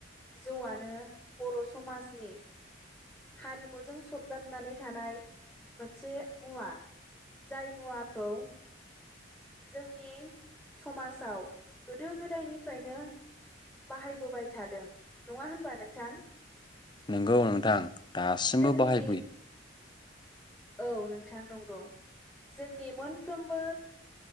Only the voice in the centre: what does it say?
जौआनो बर समाजनि हारिमुजों सरजाबनानै थानाय मोनसे मुवा जाय मुवाखौ जोंनि समाजआव गोदो गोदायनिफ्रायनो बाहायबोबाय थादों नङा होनबा नोंथां।
जोंनि
औ नोंथां नंगौ जोंनि मोनफ्रोमबो